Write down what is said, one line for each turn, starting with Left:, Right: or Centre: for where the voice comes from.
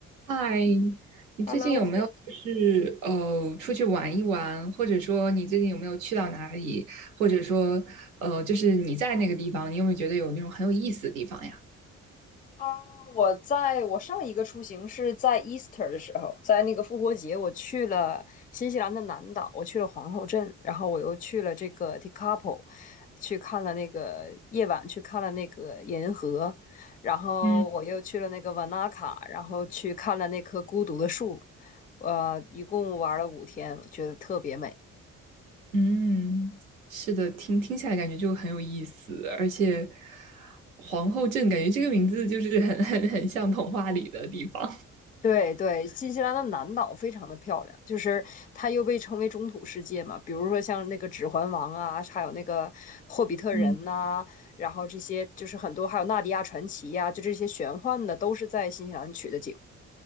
Right: 嗨，你最近有没有就是呃出去玩一玩，
Left: Hello，
Right: 或者说你最近有没有去到哪里，或者说呃就是你在那个地方，你有没有觉得有那种很有意思的地方呀？
Left: 啊，我在我上一个出行是在 Easter 的时候，在那个复活节，我去了新西兰的南岛，我去了皇后镇，然后我又去了这个 Te Kapo，去看了那个夜晚，去看了那个银河，然后我又去了那个瓦纳卡，
Right: 嗯
Left: 然后去看了那棵孤独的树，呃，一共玩了五天，我觉得特别美。
Right: 嗯，是的，听听起来感觉就很有意思，而且皇后镇感觉这个名字就是很很很像童话里的地方。
Left: 对对，新西兰的南岛非常的漂亮，就是它又被称为中土世界嘛。比如说像那个《指环王》啊，还有那个《霍比特人》呐，
Right: 嗯
Left: 然后这些就是很多，还有《纳迪亚传奇》呀，就这些玄幻的都是在新西兰取的景。